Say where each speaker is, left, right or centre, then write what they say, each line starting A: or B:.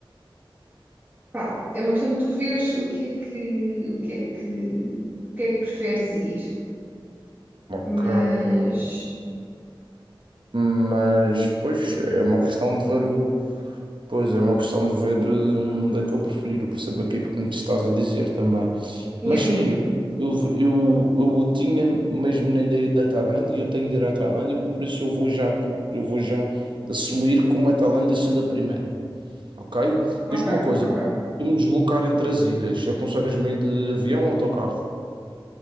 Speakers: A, on the right; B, on the right.
A: pá, é uma questão de tu veres o que é que, o que é que, o que é que preferes ir.
B: Ok.
A: Mas,
B: Mas, pois, é uma questão de ver o... Pois, é uma questão de ver hum, onde é que eu prefiro, por saber aquilo que me estás a dizer também.
A: yeah.
B: Mas sim, eu, eu, eu, eu tinha mesmo na ideia da Tailândia, e eu tenho de ir à Tailândia, por isso eu vou já, co- eu vou já assumir como a Tailândia sendo a primeira, ok? Diz-me
A: Ok,
B: uma coisa,
A: ok.
B: como me deslocar entre as ilhas? Aconselhas-me de avião ou autocarro?